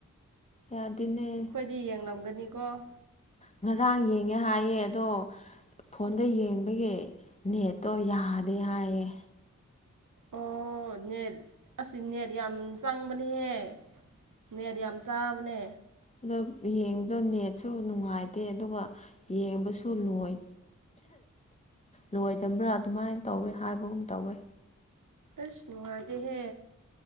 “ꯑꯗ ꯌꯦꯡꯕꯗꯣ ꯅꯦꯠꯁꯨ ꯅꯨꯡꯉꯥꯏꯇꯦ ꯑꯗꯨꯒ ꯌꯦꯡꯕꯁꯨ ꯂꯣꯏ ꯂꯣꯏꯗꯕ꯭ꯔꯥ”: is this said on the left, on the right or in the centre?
Left